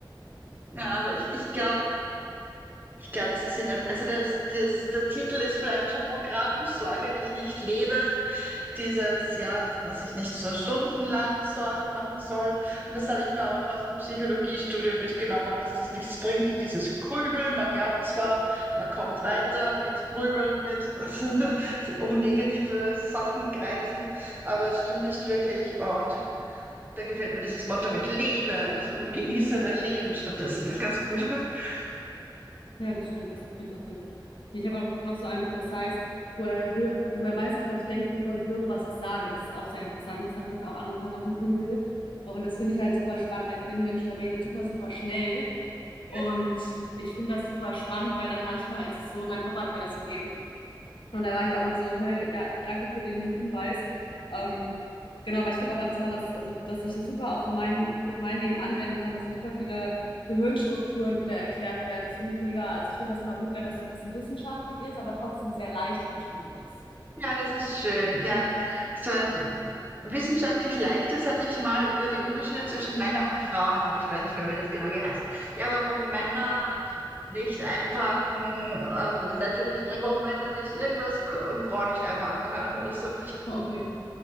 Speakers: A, on the right; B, on the left.
A: ja, aber ich, ich glaube, ich glaube, das ist in der, also das, das, der Titel ist vielleicht schon Programm, Sorge dich nicht, lebe. Dieses, ja, dass man sich nicht so stundenlang Sorgen machen soll. Und das habe ich mir auch aus dem Psychologiestudium mitgenommen, dass das nichts bringt, dieses Grübeln. Man glaubt zwar, man kommt weiter mit Grübeln, mit <laughs> um negative Sachen kreisen, aber es stimmt nicht wirklich. Und da gefällt mir dieses Motto mit lebe und genieße dein Leben stattdessen ganz
B: Ja,
A: gut. <laughs>
B: ja, das stimmt, das klingt auch sehr gut. Ich habe auch noch so ein Buch, das heißt, woher höre, woher weiß ich, was ich denke, bevor ich höre, was ich sage. Das ist auch sehr interessant. Das habe ich jetzt auch angefangen auf dem Kindle. Und das finde ich halt super spannend, weil ich bin ein Mensch, der redet super, super schnell.
A: Ja.
B: Und ich finde das super spannend, weil dann manchmal ist es so, mein Papa hat mir das gegeben, Und da war ich auch nur so, hä, ja, danke für den Hinweis. Ähm, genau, weil ich finde aber, dass man das, also dass ich das super auch für mein, für mein Leben anwenden kann. Da sind super viele Gehirnstrukturen, die da erklärt werden. Das finde ich mega, also ich finde das immer gut, wenn das so ein bisschen wissenschaftlich ist, aber trotzdem sehr leicht geschrieben ist.
A: Ja, das ist schön. Ja, so ein wissenschaftlich leichtes hatte ich mal über die Unterschiede zwischen Männern und Frauen, aber ich weiß nicht mehr, wie das genau geheißen. Ja, warum Männer nicht einparken, äh, natürlich, warum Männer nicht irgendwas k- und Frauen nicht einparken können oder so.
B: Okay.